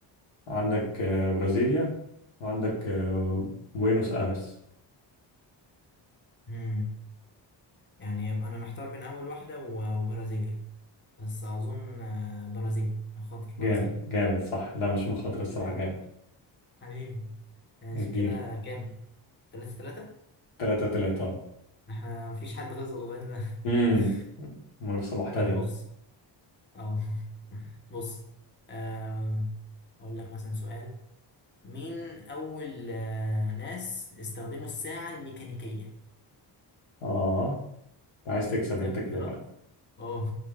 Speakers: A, on the left; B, on the left.
A: عندك آه، برازيليا وعندك آه، بوينوس ايرس
B: مم. يعني يبقى أنا محتار بين أول واحدة و- وبرازيليا بس أظن آه، برازيليا خاطر
A: جامد
B: برازيليا
A: جامد صح لا مش مخاطرة
B: الحمد
A: الصراحة
B: لله
A: جامد
B: حبيبي ماشي
A: ادينا
B: كده كام؟ تلاتة تلاتة؟
A: تلاتة تلاتة اه
B: احنا مفيش حد خسر لغاية دلوقتي.
A: امم
B: <laughs>
A: منافسة محتدمة
B: طب بص اه <laughs> بص آه، أقول لك مثلا سؤال مين أول آه، ناس استخدموا الساعة الميكانيكية؟
A: اه أنت عايز تكسب
B: أديلك
A: انت
B: اختيارات؟
A: كده بقى
B: أه